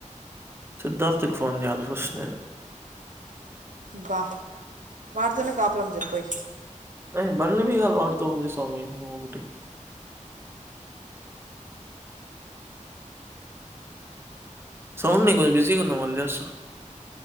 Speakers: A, on the right (about 15°); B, on the right (about 75°).
A: సిద్ధార్థ కి ఫోన్ చేయాలే ఫస్ నేను
B: అబ్బా వాడితోనే కాపురం చెయ్ పోయి
A: ఏ బండి బిగాలు వాడితో ఉంది సోమి నువ్ ఒకటి సౌండ్ లె నేను కొంచెం బిజీగా ఉన్న మళ్ళ చేస్తా